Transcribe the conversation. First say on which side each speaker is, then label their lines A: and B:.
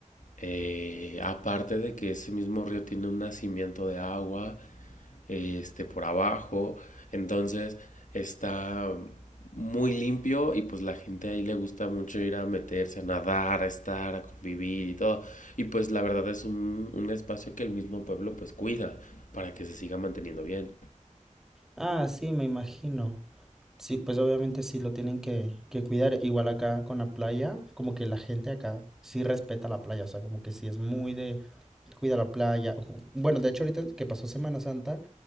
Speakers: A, on the left (about 70°); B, in the centre.
A: Eh, aparte de que ese mismo río tiene un nacimiento de agua este, por abajo. Entonces está muy limpio y pues la gente ahí le gusta mucho ir a meterse, a nadar, a estar, a convivir y todo. Y pues la verdad es un, un espacio que el mismo pueblo pues cuida para que se siga manteniendo bien.
B: Ah, sí, me imagino. Sí, pues obviamente sí lo tienen que, que cuidar. Igual acá con la playa, como que la gente acá sí respeta la playa, o sea, como que sí es muy de cuida la playa. Ujú. Bueno, de hecho ahorita que pasó Semana Santa,